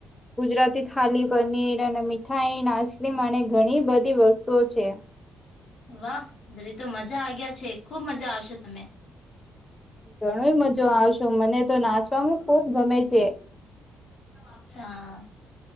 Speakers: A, on the left; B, on the left.
A: ગુજરાતી થાલી પનીર અને મીઠાઈ ને આઈસ્ક્રીમ અને ઘણી બધી વસ્તુઓ છે. <inaudible>
B: વાહ દરે તો મજા આ ગયા છે ખુબ મજા આવશે તમે.
A: ઘણો મજો આવશો મને તો નાચવાવામાં ખુબ ગમે છે.
B: અચ્છા